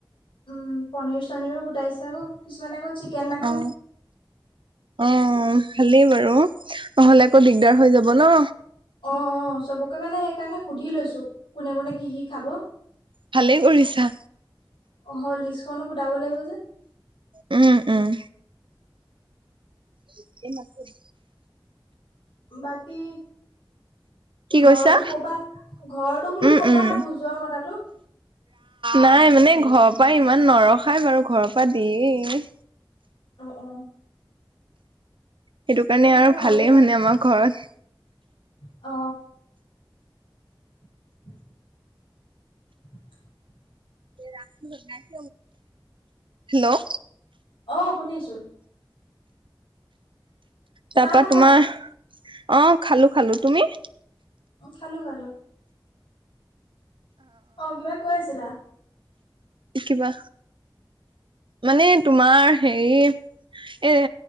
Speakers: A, on the left (about 75°); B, on the right (about 70°).
A: উম পনীৰ চনিৰো গোটাইছে আকৌ কিছুমানে আকৌ চিকেন নাখায়
B: অ অ ভালেই বাৰু নহলে আকৌ দিগদাৰ হৈ যাব ন
A: অ অ চবকে মানে সেইকাৰণে সুধি লৈছো কোনে কোনে কি কি খাব
B: ভালে কৰিছা
A: অ লিষ্টখনো গোটাব লাগিব যে
B: উম উম চিকেন আছেই
A: বাকী
B: কি
A: ঘৰটো
B: কৈছা
A: কবা ঘৰটো বোলো
B: উম
A: কবা
B: উম
A: ভুজৰ কথাটো
B: নাই মানে ঘৰৰ পৰা ইমান নৰখাই বাৰু ঘৰৰ পৰা দিয়েই
A: অ অ
B: সেইটো কাৰণে
A: তেনেহ'লে
B: আৰু ভালেই
A: বাৰুতে।
B: মানে আমাৰ ঘৰত
A: অ <unintelligible>
B: <unintelligible> হেল্ল'
A: অ শুনিছো
B: তাৰ
A: চাহ
B: পৰা
A: খালা?
B: তোমাৰ অ খালো খালো তুমি
A: অ খালো খালো অ কিবা কৈ আছিলা
B: কিবা মানে তোমাৰ হেৰি এ